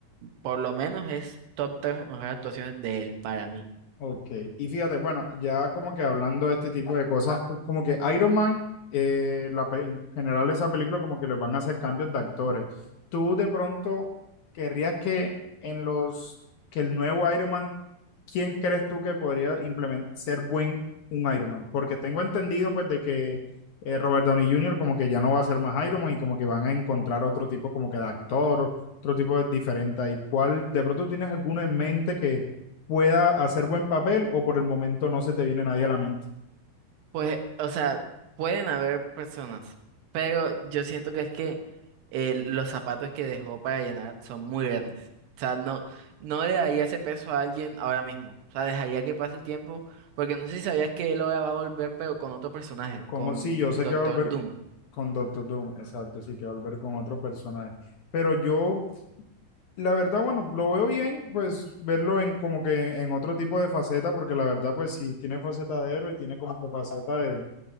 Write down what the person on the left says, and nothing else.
Ok, y fíjate, bueno, ya como que hablando de este tipo de cosas, pues, como que Iron Man, eh, la pe- en general esa película como que les van a hacer cambios de actores. ¿Tú de pronto querrías que en los, que el nuevo Iron Man, quién crees tú que podría implementar, ser buen un Iron Man? Porque tengo entendido pues de que eh, Robert Downey Jr. como que ya no va a ser más Iron Man y como que van a encontrar otro tipo como que de actor, otro tipo de diferente ahí. ¿Cuál, de pronto tú tienes alguno en mente pueda hacer buen papel o por el momento no se te viene nadie a la mente.
Con,
sí, yo
sé que va a volver
con Doctor Doom, exacto, sí que va a volver con otro personaje. Pero yo, la verdad, bueno, lo veo bien, pues verlo en como que en otro tipo de faceta, porque la verdad, pues sí, tiene faceta de héroe, tiene como que faceta de,